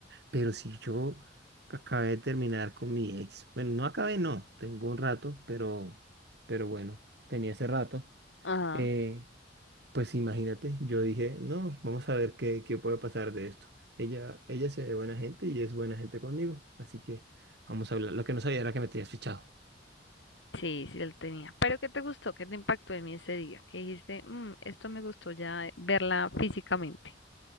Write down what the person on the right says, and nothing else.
pero si yo acabé de terminar con mi ex. Bueno, no acabé, no. Tengo un rato, pero, pero bueno, tenía ese rato.
Eh, pues imagínate, yo dije, no, vamos a ver qué, qué puede pasar de esto. Ella, ella se ve buena gente y es buena gente conmigo. Así que vamos a hablar. Lo que no sabía era que me tenías fichado.